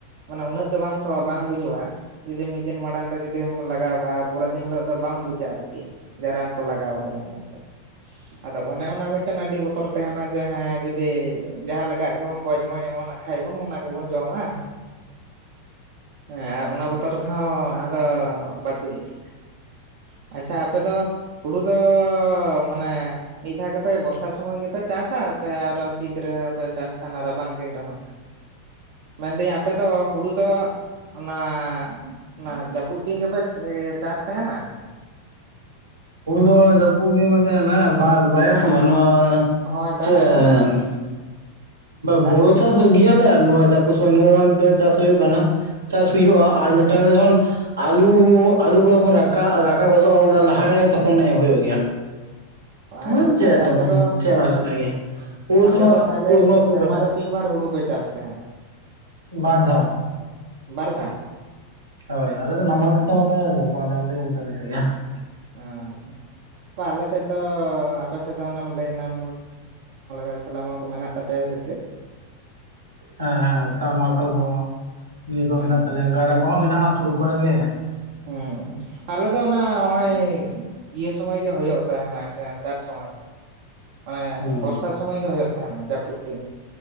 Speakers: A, on the right; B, on the right.
A: ᱢᱟᱱᱮ ᱩᱱᱟᱹᱜᱼᱼ ᱫᱚ ᱵᱟᱝ ᱥᱚᱣᱟ ᱵᱟᱝ ᱵᱩᱡᱩᱜᱼᱟ ᱡᱩᱫᱤ ᱢᱤᱫ ᱫᱤᱱ ᱢᱟᱲᱟᱝ ᱨᱮ ᱡᱩᱫᱤᱢ ᱞᱟᱜᱟᱣᱼᱼ ᱛᱟ ᱯᱚᱨᱮ ᱫᱤᱱ ᱦᱤᱞᱚᱜ ᱫᱚ ᱵᱟᱢ ᱵᱩᱡᱟ ᱟᱨᱠᱤ᱾ ᱡᱮ ᱨᱟᱱ ᱠᱚ ᱞᱟᱜᱟᱣ ᱟᱠᱟᱫᱟ ᱢᱮᱱᱛᱮ ᱟᱫᱚ ᱚᱱᱮ ᱚᱱᱟ ᱢᱤᱫᱼᱼ ᱢᱤᱫᱴᱮᱱ ᱟᱹᱰᱤ ᱵᱚᱛᱚᱨ ᱛᱟᱦᱮᱱᱟ ᱡᱮ ᱦᱮᱸ ᱡᱩᱫᱤ ᱡᱟᱦᱟᱸ ᱞᱮᱠᱟ ᱜᱮ ᱵᱚᱱ ᱜᱚᱡ <unintelligible> ᱡᱮᱢᱚᱱᱼᱼ ᱦᱮᱸ ᱚᱱᱮ ᱚᱱᱟ ᱠᱚᱵᱚᱱ ᱡᱚᱢᱟ᱾ ᱦᱮᱸ ᱟᱨ ᱚᱱᱟ ᱵᱚᱛᱚᱨ ᱛᱮᱦᱚᱸ ᱟᱫᱚ ᱵᱟᱠᱚ ᱤᱫᱤᱭᱟ᱾ ᱟᱪᱷᱟ ᱟᱯᱮ ᱫᱚ ᱦᱩᱲᱩ ᱫᱚᱻ ᱢᱟᱱᱮ ᱢᱤᱫ ᱫᱷᱟᱣ ᱜᱮᱯᱮ ᱵᱚᱨᱥᱟ ᱥᱚᱢᱚᱭ ᱜᱮᱯᱮ ᱪᱟᱥᱟ ᱥᱮ ᱟᱨ ᱥᱤᱛ ᱨᱮᱯᱮ ᱪᱟᱥ ᱛᱟᱦᱮᱱᱟ ᱨᱟᱵᱟᱝᱼᱼ ᱫᱤᱱ ᱨᱮᱦᱚᱸ ᱢᱮᱱᱫᱤᱧ ᱟᱯᱮ ᱫᱚ ᱦᱩᱲᱩ ᱫᱚ ᱚᱱᱟᱼᱼ ᱚᱱᱟ ᱡᱟᱹᱯᱩᱫ ᱫᱤᱱ ᱜᱮᱯᱮ ᱮ ᱪᱟᱥ ᱛᱟᱦᱮᱸᱱᱟ?
B: ᱩᱱ ᱫᱚ ᱡᱟ. ᱯᱩᱫ ᱫᱤᱱ ᱵᱚᱱ ᱛᱟᱦᱮᱞᱮᱱᱟ ᱵᱟᱭ ᱵᱟᱭᱟᱥ ᱥᱚᱢᱚᱭ ᱱᱚᱶᱟᱼᱼ
A: ᱦᱳᱭ ᱫᱟᱜ
B: ᱪᱮᱫ
A: ᱥᱚᱢᱚᱭ ᱫᱟᱜ
B: <inaudible>
A: ᱫᱤᱱ
B: <inaudible> ᱪᱟᱥ <unintelligible> ᱜᱤᱭᱟᱞᱮ ᱟᱨ ᱱᱚᱶᱟ <unintelligible> ᱱᱚᱶᱟ ᱫᱚ ᱪᱟᱥ ᱦᱩᱭᱩᱜ ᱠᱟᱱᱟ ᱪᱟᱥ ᱦᱩᱭᱩᱜᱼᱟ ᱟᱨ ᱢᱤᱫᱴᱟᱝ ᱫᱚ ᱡᱮᱢᱚᱱᱼᱼ ᱟᱞᱩ ᱟᱞᱩ ᱠᱚ ᱦᱚᱸ ᱠᱚ ᱨᱟᱠᱟᱜ ᱨᱟᱠᱟᱜ ᱜᱚᱫᱚᱜᱼᱟ ᱚᱱᱟ ᱞᱟᱦᱟᱨᱮ ᱛᱚᱠᱷᱚᱱ <unintelligible> ᱦᱩᱭᱩᱜ ᱜᱮᱭᱟ᱾
A: ᱟᱪᱪᱷᱟ
B: ᱦᱚᱸ ᱪᱮᱫ
A: ᱛᱟᱦᱚᱞᱮ
B: ᱛᱚᱠᱷᱚᱱ
A: ᱟᱯᱮ ᱫᱚ
B: ᱪᱮᱫ ᱵᱟᱝ ᱥᱟᱱᱟ ᱜᱮᱭᱟ ᱯᱩᱥ
A: ᱟᱯᱮ
B: ᱢᱟᱥ
A: ᱫᱚ ᱛᱟᱦᱚᱞᱮ
B: ᱯᱩᱥ ᱢᱟᱥ ᱥᱩᱨ
A: ᱥᱮᱨᱢᱟ
B: ᱟᱥᱮ?
A: ᱨᱮ ᱛᱤᱱ ᱵᱟᱨ ᱦᱩᱲᱩ ᱯᱮ ᱪᱟᱥ ᱛᱟᱦᱮᱱᱟ?
B: ᱵᱟᱨ ᱫᱷᱟᱣ᱾
A: ᱵᱟᱨ ᱫᱷᱟᱣ?
B: ᱦᱚᱭ ᱟᱞᱮ ᱫᱚ ᱱᱟᱢᱟᱞ ᱫᱤᱥᱚᱢ ᱨᱮ <unintelligible> <unintelligible>
A: ᱚ ᱵᱟ ᱟᱞᱮ ᱥᱮᱫ ᱫᱚ ᱟᱯᱮ ᱥᱮᱫ ᱫᱚ ᱚᱱᱟᱢ ᱞᱟ. ᱭᱟᱱᱟᱢ <unintelligible> ᱥᱟᱞᱟᱢᱟ ᱠᱚ ᱢᱮᱱᱟᱜ ᱛᱟᱯᱮᱭᱟ ᱥᱮ ᱪᱮᱫ?
B: ᱦᱮᱸ ᱦᱮᱸ ᱥᱟᱵ ᱢᱟᱨᱥᱟᱞ ᱠᱚᱦᱚᱸᱤᱭᱟ. ᱠᱚ
A: ᱦᱮᱸ
B: ᱢᱮᱱᱟᱜ ᱛᱟᱞᱮᱭᱟ ᱜᱟᱰᱟ ᱠᱚᱦᱚᱸ ᱢᱮᱱᱟᱜᱼᱟ᱾ ᱥᱩᱨ ᱠᱚᱨᱮ ᱜᱮ?
A: ᱦᱩᱸ ᱟᱞᱮ ᱫᱚ ᱚᱱᱟ ᱦᱚᱜᱼᱚᱭᱼᱼ ᱤᱭᱟᱹ ᱥᱚᱢᱚᱭ ᱜᱮ ᱦᱩᱭᱩᱜ ᱛᱟᱦᱮᱱᱟ ᱡᱟᱦᱟᱱ ᱥᱚᱢᱚᱭ ᱜᱮ᱾ ᱢᱟᱱᱮ
B: ᱦᱩᱸ
A: ᱵᱚᱨᱥᱟ ᱥᱚᱢᱚᱭ ᱜᱮ ᱦᱚᱭᱚᱜ ᱛᱟᱦᱮᱱᱟ ᱡᱟᱹᱯᱩᱫ ᱫᱤᱱ